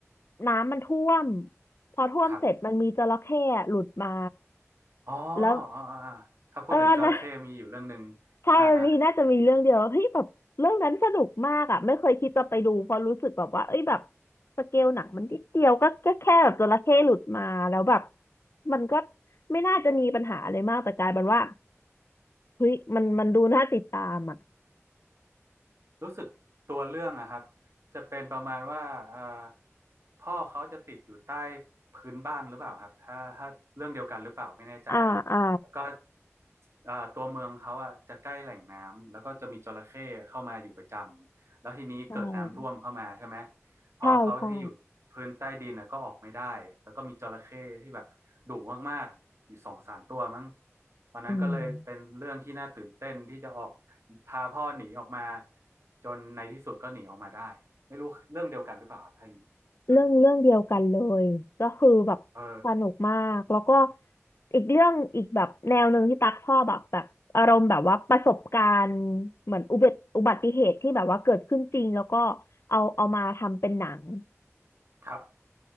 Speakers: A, on the left; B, on the right.
A: น้ำมันท่วมพอท่วมเสร็จมันมีจระเข้อะหลุดมา
B: ครับอ๋อ
A: แล้ว
B: อ๋ออ๋ออ๋อถ้าพูดถึงจระเข้มีอยู่เรื่องหนึ่ง
A: เออนะ ใช่อันนี้น่าจะมีเรื่องเดียวเฮ้ยแบบเรื่องนั้นสนุกมากอ่ะไม่เคยคิดจะไปดูเพราะรู้สึกแบบว่าเอ้ยแบบ
B: อ่าอ่า
A: สเกลหนังมันนิดเดียวก็ก็แค่แบบจระเข้หลุดมาแล้วแบบมันก็ไม่น่าจะมีปัญหาอะไรมากแต่กลายเป็นว่าเฮ้ยมันมันดูน่าติดตามอ่ะ
B: รู้สึกตัวเรื่องอะครับจะเป็นประมาณว่าเอ่อพ่อเขาจะติดอยู่ใต้พื้นบ้านหรือเปล่าครับถ้าถ้าเรื่องเดียวกันหรือเปล่าไม่แน่ใจนะแล้วก็
A: อ่าอ่า
B: เอ่อตัวเมืองเขาอะจะใกล้แหล่งน้ำแล้วก็จะมีจระเข้เข้ามาอยู่ประจำแล้วทีนี้เกิดน้ำท่วมเข้ามาใช่ไหม
A: ใช่
B: พ่อเขาที่อยู่พื้นใต้ดินน่ะก็ออกไม่ได้
A: ใช่ใช่
B: แล้วก็มีจระเข้ที่แบบดุมากๆอยู่สองสามตัวมั้งตอนนั้นก็เลยเป็นเรื่องที่น่าตื่นเต้นที่จะออก
A: อืม
B: พาพ่อหนีออกมาจนในที่สุดก็หนีออกมาได้ไม่รู้เรื่องเดียวกันหรือเปล่าครับท่านเออ
A: เรื่องเรื่องเดียวกันเลยก็คือแบบสนุกมากแล้วก็
B: เออ
A: อีกเรื่องอีกแบบแนวหนึ่งที่ตักชอบแบบแบบอารมณ์แบบว่าประสบการณ์เหมือนอุบัติอุบัติเหตุที่แบบว่าเกิดขึ้นจริงแล้วก็เอาเอามาทำเป็นหนัง
B: ครับ